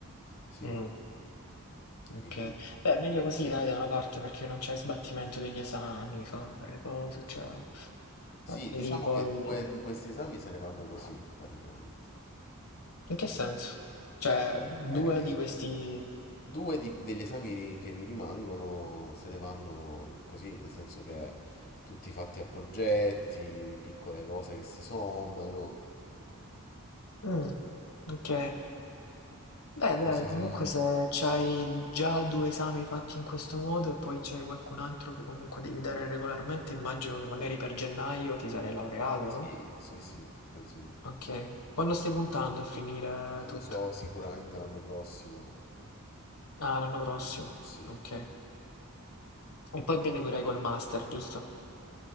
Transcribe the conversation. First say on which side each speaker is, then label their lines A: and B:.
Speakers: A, on the left (about 45°); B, on the left (about 85°).
A: sì,
B: Mm, ok,
A: quindi
B: beh, meglio così dai da una parte perché non c'è sbattimento degli esami, fare cose, cioè
A: sì,
B: eh,
A: diciamo
B: lì poi...
A: che due
B: eh,
A: di questi esami se ne vanno così praticamente.
B: In che senso? Cioè, due
A: Eh, che...
B: di questi...
A: Due di- degli esami ri- che mi rimangono se ne vanno così, nel senso che tutti fatti a progetti, piccole cose che si sommano.
B: Mm, ok, Beh, dai,
A: Così
B: comunque
A: se ne Però vanno.
B: se c'hai già due esami fatti in questo modo e poi c'hai qualcun altro che comunque devi dare regolarmente, immagino che magari per gennaio ti sarei laureato,
A: sì,
B: no?
A: sì, sì, penso di sì.
B: Ok. Quando stai puntando a finire
A: Non
B: tutto?
A: lo so. Lo so sicuramente l'anno prossimo.
B: Ah, l'anno prossimo.
A: Sì.
B: Ok. E poi proseguirai col master, giusto?